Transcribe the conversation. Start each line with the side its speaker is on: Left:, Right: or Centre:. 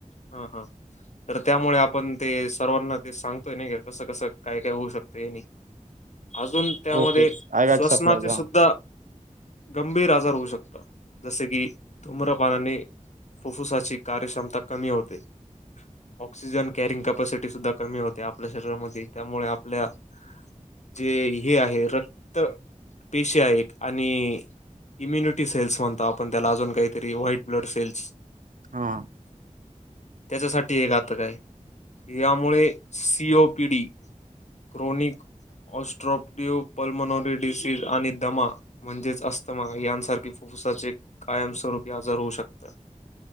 Left: हा हा. तर त्यामुळे आपण ते सर्वांना ते सांगतोय नाही कसं कसं काय काय होऊ शकतं आहे नाही. अजून त्यामध्ये
Right: ओके आय गॅट
Left: श्वसनाचे
Right: सप्लायज हा
Left: सुद्धा गंभीर आजार होऊ शकता. जसे की धूम्र पानाने फुफ्फुसाची कार्यक्षमता कमी होते. ऑक्सिजन कॅरिंग कॅपसिटी सुद्धा कमी होते, आपल्या शरीरामध्ये त्यामुळे आपल्या जे हे आहे रक्त पेशे आहेत आणि इम्युनिटी सेल्स म्हणतो आपण त्याला अजून काहीतरी व्हाईट ब्लड सेल्स
Right: हा.
Left: त्याच्यासाठी हे घातक आहे. यामुळे C O P D chronic obstructive pulmonary disease आणि दमा म्हणजेच अस्थमा यांसारखे फुफूसाचे कायमस्वरूपी आजर होऊ शकतं.